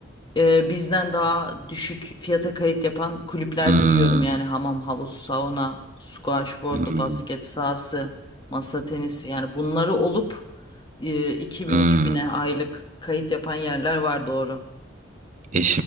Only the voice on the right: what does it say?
hmm,
hmm,
hmm.
E